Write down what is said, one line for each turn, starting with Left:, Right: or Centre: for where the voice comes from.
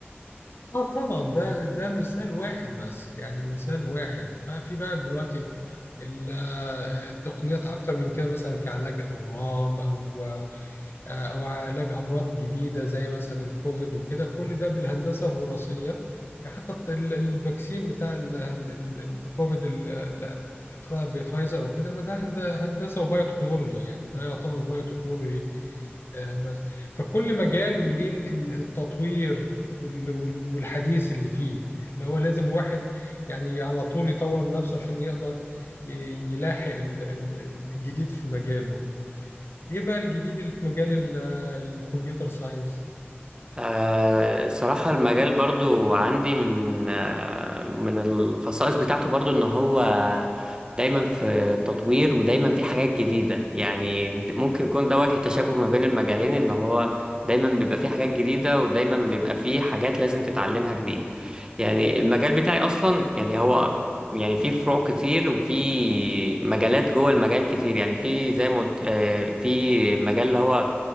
Left: اه طبعا ده ده مثال واحد بس يعني مثال واحد بقى في بقى دلوقتي ال- آه، التقنيات اكتر من كده مثلا كعلاج اورام او آه، او علاج امراض جديده زي مثلا الكوفيد وكده كل ده بالهندسه الوراثيه يعني حتى الت- ال- الفاكسين بتاع ال- ال- الكوفيد ال- اللي طلع بفايزر وكده ما ده هند- هندسه وبايوتكنولوجي يعني ده يعتبر بايوتكنولوجي آه، بس فكل مجال وليه ال- ال- التطوير وال- وال- والحديث اللي فيه اللي هو لازم الواحد يعني على طول يطور من نفسه عشان يقدر ي- يلاحق ال- ال- الجديد في مجاله ايه بقى الجديد اللي في مجال ال- الكمبيوتر ساينس
Right: آه، الصراحة المجال برضو عندي من آه، من الخصائص بتاعته برضو ان هو دايما في تطوير ودايما في حاجات جديدة يعني ممكن يكون ده وجه تشابه ما بين المجالين ان هو دايما بيبقى فيه حاجات جديدة ودايما بيبقى فيه حاجات لازم تتعلمها جديد يعني المجال بتاعي اصلا يعني هو يعني في فروع كتير وفي مجالات جوه المجال كتير يعني في زي ما قلت آه، في مجال اللي هو